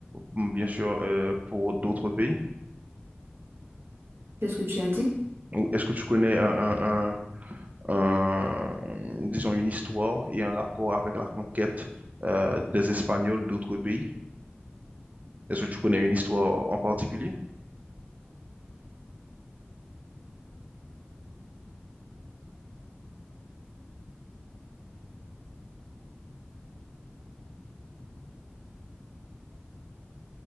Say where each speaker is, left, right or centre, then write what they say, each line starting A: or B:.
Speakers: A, on the right; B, on the right.
A: m- bien sûr, euh, pour d'autres pays?
B: Qu'est-ce que tu as dit?
A: Ou est-ce que tu connais un, un- un- un- disons, une histoire et un rapport avec la conquête, euh, des Espagnols d'autres pays? Est-ce que tu connais une histoire en particulier?